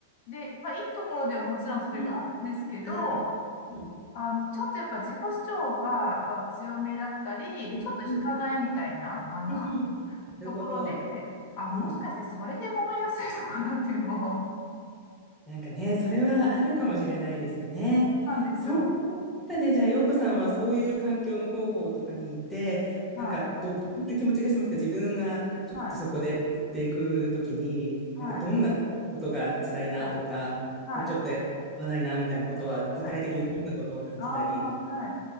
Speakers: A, on the left; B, in the centre.
A: で、まあいいところでももちろんそれがあるんですけど、
B: うん、はい。うん、
A: あの、ちょっとやっぱ自己主張がやっぱ強めだったり、
B: うん、
A: ちょっと引かないみたいな、
B: うん、
A: あの、
B: うん、
A: <laughs>
B: なるほど。
A: ところで、あ、もしかしてそれで揉めやすいのかなっていうのを、
B: うん。
A: そう
B: なんかね、それはあるかもしれないですよね。
A: なんですよ。
B: そんな中で、じゃあ、陽子さんはそういう環境の広報とかにいて、
A: はい、
B: なんかど、どんな気持ちがしてますか自分がちょっとそこでやっていくときに、
A: はい、はい、
B: なんかどんなことが辛いなとか、
A: はい、はい。
B: こうちょっとやわないなみたいなことは、具体的にどんなことを感じたり
A: はいああ、はい。